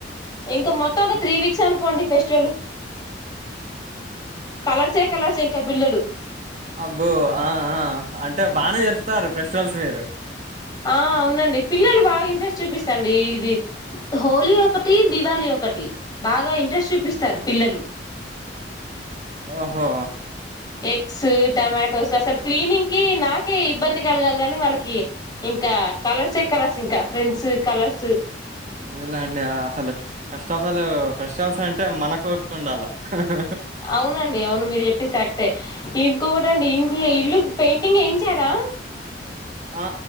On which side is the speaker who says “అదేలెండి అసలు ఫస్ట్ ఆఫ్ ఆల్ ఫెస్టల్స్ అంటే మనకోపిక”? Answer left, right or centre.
Right